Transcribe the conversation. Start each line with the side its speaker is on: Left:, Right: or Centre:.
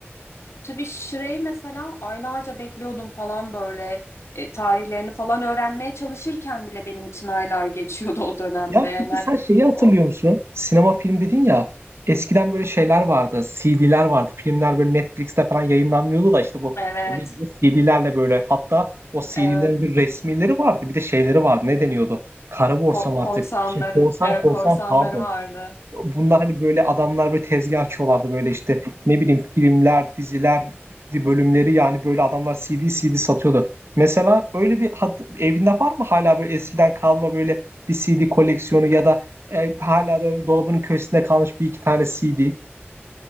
Left: Tabii Şire'yi mesela aylarca bekliyordum falan böyle E, tarihlerini falan öğrenmeye çalışırken bile benim için aylar geçiyordu <laughs> o dönemde.
Right: Ya
Left: Yani
Right: peki
Left: hani
Right: sen şeyi hatırlıyor
Left: o
Right: musun? Sinema film dedin ya. Eskiden böyle şeyler vardı. CD'ler vardı. Filmler böyle Netflix'te falan yayınlanmıyordu da işte bu
Left: evet
Right: video CD'lerle böyle hatta o CD'lerin
Left: evet
Right: bir resmileri vardı. Bir de şeyleri vardı. Ne deniyordu? Kara borsa
Left: Ko-
Right: mı
Left: korsanları
Right: artık? Şey, korsan
Left: evet
Right: korsan
Left: korsanları
Right: pardon
Left: vardı.
Right: bunlar hani böyle adamlar böyle tezgah açıyorlardı böyle işte ne bileyim filmler, diziler bölümleri yani böyle adamlar CD CD satıyordu. Mesela öyle bir hat- evinde var mı hala böyle eskiden kalma böyle bir CD koleksiyonu ya da e, hala da dolabının köşesinde kalmış bir iki tane CD?